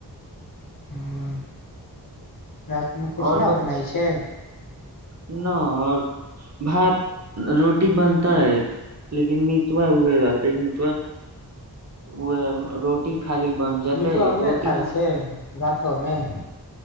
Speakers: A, on the left; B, on the right.
A: हँ रतिमे किछु
B: आओर
A: नहि बनाइ छै।
B: न अओर भात रोटी बनतै। लेकिन मिटवा उह रहतै मिटवा ओएह रोटी खाली बन जेतै
A: मिठुआ उहे
B: रोटी
A: खाय
B: मे
A: छै रातो में